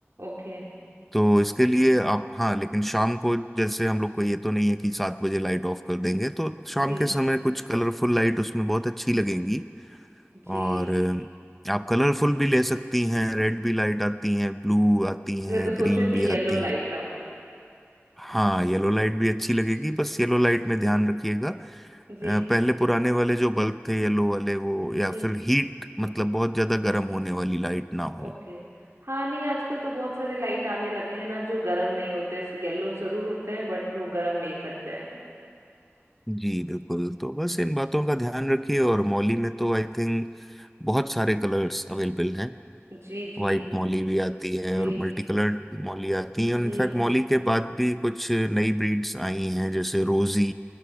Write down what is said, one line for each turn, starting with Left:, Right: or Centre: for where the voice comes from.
Right: okay
Centre: तो इसके लिए आप हाँ लेकिन शाम को जैसे हम लोग को ये तो नहीं है कि सात बजे लाइट ऑफ कर देंगे तो शाम
Right: जी
Centre: के समय कुछ कलरफुल लाइट उसमें बहुत अच्छी लगेंगी
Right: जी
Centre: और अ, आप कलरफुल भी ले सकती हैं रेड भी लाइट आती हैं ब्लू आती हैं
Right: मैं तो
Centre: ग्रीन
Right: सोच रही थी
Centre: भी
Right: येलो
Centre: आती
Right: लाइट
Centre: हैं
Right: लाऊं
Centre: हाँ येलो लाइट भी अच्छी लगेगी बस येलो लाइट में ध्यान रखिएगा अ,
Right: जी
Centre: पहले पुराने वाले जो बल्ब थे येलो वाले वो या
Right: जी
Centre: फिर
Right: जी
Centre: हीट मतलब बहुत ज्यादा गर्म होने वाली लाइट ना हो
Right: ओके हाँ नहीं आजकल तो बहुत सारे लाइट आने लगे हैं ना जो गर्म नहीं होते येलो जरूर होते हैं बट वो गर्म नहीं करते हैं
Centre: जी बिल्कुल तो बस इन बातों का ध्यान रखिए और मॉली में तो आई थिंक बहुत सारे कलर्स अवेलेबल हैं
Right: जी जी
Centre: वाइट मॉली भी आती है
Right: जी
Centre: और मल्टी कलर्ड मॉली आती है
Right: जी
Centre: और इनफैक्ट मॉली के बाद भी कुछ नई ब्रीड्स आई हैं जैसे रोजी